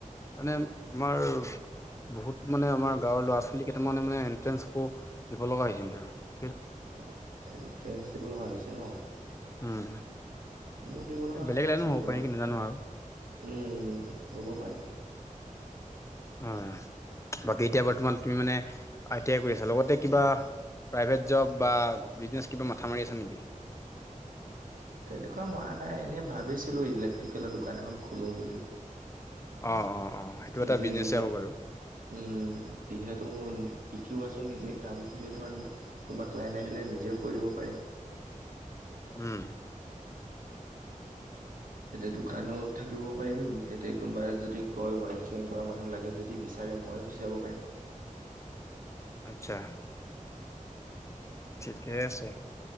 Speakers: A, on the left; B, on the right.
A: মানে আমাৰ। বহুত মানে আমাৰ গাঁৱৰ ল'ৰা ছোৱালী কেইটামানে মানে এন্ট্ৰেন্ঞ্চ কো দিব লগা হৈছিল সিতৰ
B: অ এনট্ৰেঞ্চ দিব লগা হৈছে ন।
A: উম
B: মোৰ দিব লগা
A: বেলেগ
B: হোৱা
A: লাইনো
B: নাছিল
A: হ'ব পাৰে
B: বাৰু
A: নেকি
B: উম
A: নাজানো আৰু
B: উম হ'ব পাৰে।
A: উম বাকী এতিয়া বৰ্তমান তুমি মানে আই টি আই কৰি আছা লগতে কিবা। প্ৰাইভেট জব বা বিজনেছ কিবা মাথা মাৰি আছা নিকি
B: তেনেকুৱা মৰা নাই এনেই ভাবিছিলো ইলেক্ট্ৰিকেলৰ দোকান এখন খোলো বুলি
A: অ অ অ সেইটো
B: নিজে
A: এটা বিজনেছে
B: যিহেত
A: হব বাৰু
B: উম যিহেতু শিকিও আছো নিজে কামখিনি ধৰণ কোনোবা ক্লাইন আহিলে নিজও দিব পাৰিম
A: উম
B: তেতিয়া দোকানত থাকিব পাৰিম এতিয়া কোনোবাই যদি কয় ৱাৰিং চোৱাৰিং কৰা মানুহ লাগে যদি বিচ তাৰে মই গুচি যাব পাৰিম
A: আত্ছা ঠিকে আছে